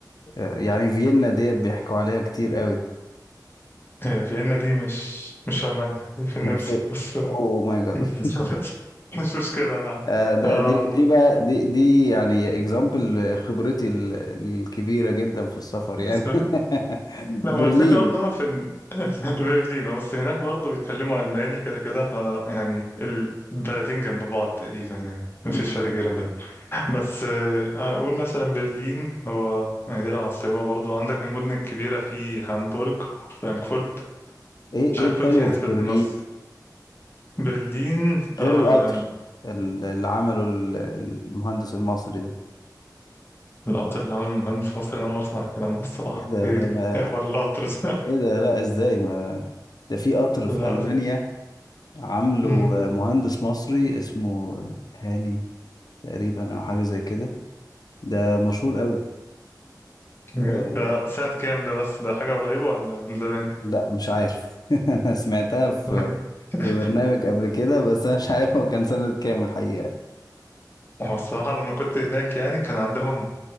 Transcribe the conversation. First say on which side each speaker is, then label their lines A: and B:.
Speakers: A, on the left; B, on the left.
A: آه، يعني فيينا ديت بيحكوا عليها كتير قوي
B: هي فيينا دي مش مش في ألمانيا دي في النمسا
A: امال فين
B: بس <laughs>
A: اوه ماي جاد <laughs>
B: مش مشكلة أنا عارف.
A: آه، ده
B: أم...
A: دي دي بقى دي دي يعني اكزامبل خبرتي ال- الكبيرة جدا في السفر يعني
B: سوري
A: <laughs>
B: لا
A: برلين
B: ما هو الفكرة برضه ان هم في <laughs> ال- في برلين اه، بس هناك برضه بيتكلموا الماني كده كده ف يعني البلدين جنب بعض تقريبا يعني مفيش
A: آه.
B: فرق كبير بينهم بس آه، اقول مثلا برلين هو يعني دي العاصمة برضه عندك من المدن الكبيرة في هامبورغ وفرانكفورت
A: ايه
B: فرانكفورت
A: ايه الحلو
B: فيها نسبة
A: في برلين
B: نص برلين
A: غير
B: آه
A: القطر ال- اللي عمله ال- المهندس المصري ده
B: القطر اللي عمله مهندس مصري انا أول مرة اسمع الكلام ده الصراحة
A: ايه ده
B: ايه
A: ده
B: ال-
A: انا
B: <laughs> إيه حوار القطر ده
A: ايه ده لا ازاي ما ده في قطر في
B: <laughs> لا
A: ألمانيا
B: أسف.
A: عامله
B: مم،
A: مهندس مصري اسمه هاني تقريبا او حاجة زي كده ده مشهور قوي
B: بجد
A: أه
B: ده سنة كام ده بس ده حاجة قريبة ولا من زمان
A: لا مش عارف <laughs> انا سمعتها في
B: تمام <laughs>
A: في برنامج قبل كده بس انا مش عارف هو كان سنة كام الحقيقة
B: هو الصراحة لما كنت هناك يعني كان عندهم